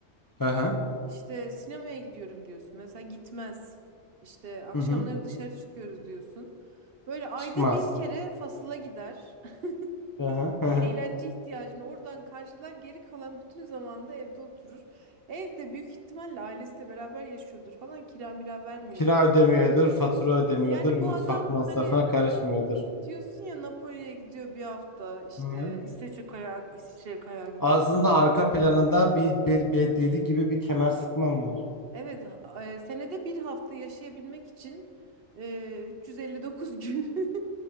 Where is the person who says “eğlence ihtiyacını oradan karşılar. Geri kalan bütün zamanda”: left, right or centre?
Right